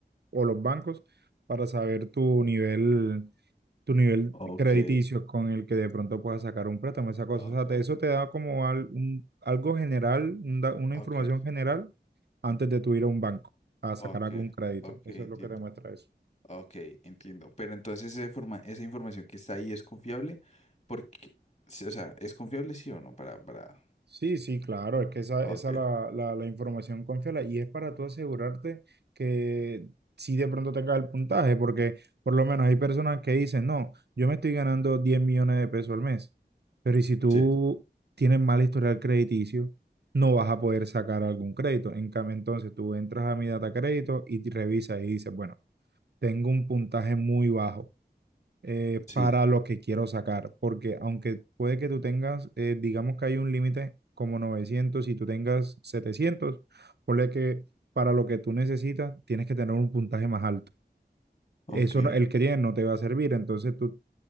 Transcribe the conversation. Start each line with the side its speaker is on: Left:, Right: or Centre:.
Right: o los bancos para saber tu nivel tu nivel
Left: Ok,
Right: crediticio con el que de pronto puedas sacar un préstamo, esa cosa.
Left: Ok,
Right: O sea, te- eso te da como al- un- algo general, un da- una
Left: ok.
Right: información general antes de tú ir a un banco a
Left: Ok,
Right: sacar algún crédito.
Left: ok,
Right: Eso
Left: entiendo.
Right: es lo que te muestra eso.
Left: Ok, entiendo. Pero entonces esa, forma, esa información que está ahí es confiable porque, sí, o sea, ¿es confiable sí o no? Para, para.
Right: Sí, sí, claro, es que esa,
Left: Ok,
Right: esa la, la, la información confiable y es para tú asegurarte que si de pronto tengas el puntaje, porque por lo menos hay personas que dicen, no, yo me estoy ganando 10 millones de pesos al mes, pero ¿y si tú
Left: sí,
Right: tienes mal historial crediticio, no vas a poder sacar algún crédito. En cambio, entonces tú entras a mi data crédito y te revisas y dices, bueno, tengo un puntaje muy bajo eh,
Left: sí,
Right: para lo que quiero sacar, porque aunque puede que tú tengas, eh, digamos que hay un límite como 900, y tú tengas 700, ponle que para lo que tú necesitas tienes que tener un puntaje más alto.
Left: ok.
Right: Eso no- el que tienes no te va a servir, entonces tú